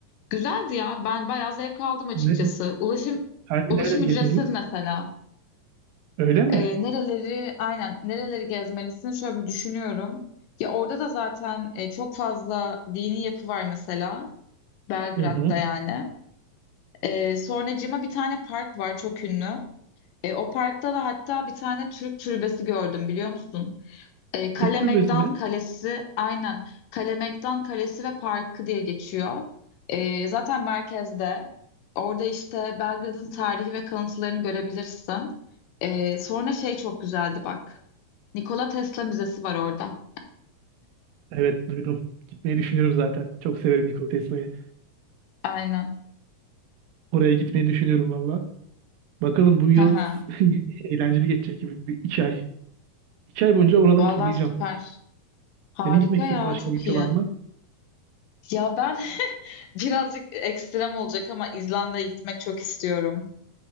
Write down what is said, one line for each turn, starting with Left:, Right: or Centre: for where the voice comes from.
Left: Güzeldi ya ben bayağı zevk aldım açıkçası.
Right: Ne,
Left: Ulaşım
Right: sence
Left: ulaşım
Right: nereleri
Left: ücretsiz
Right: gezmeliyim?
Left: mesela.
Right: Öyle mi?
Left: E, nereleri aynen nereleri gezmelisin şöyle bir düşünüyorum. Ya orada da zaten e, çok fazla dini yapı var mesela Belgrad'da
Right: Hı hı.
Left: yani. Ee, sonracığıma bir tane park var çok ünlü. Ee, o parkta da hatta bir tane Türk türbesi gördüm biliyor musun? Ee, Kale
Right: Türk türbesi
Left: Megdan
Right: mi?
Left: Kalesi aynen Kale Megdan Kalesi ve Parkı diye geçiyor. Ee, zaten merkezde. Orada işte Belgrad'ın tarihi ve kalıntılarını görebilirsin. Ee, sonra şey çok güzeldi bak. Nikola Tesla Müzesi var orada.
Right: Evet duydum. Gitmeyi düşünüyorum zaten. Çok severim Nikola Tesla'yı.
Left: Aynen.
Right: Oraya gitmeyi düşünüyorum valla. Bakalım bu yıl
Left: <laughs>
Right: <laughs> eğlenceli geçecek gibi bir iki ay. İki ay boyunca oraları
Left: Valla
Right: turlayacağım.
Left: süper. Harika
Right: Senin gitmek istediğin
Left: ya
Right: başka
Left: çok
Right: bir ülke
Left: iyi.
Right: var mı?
Left: Ya ben <laughs> birazcık ekstrem olacak ama İzlanda'ya gitmek çok istiyorum.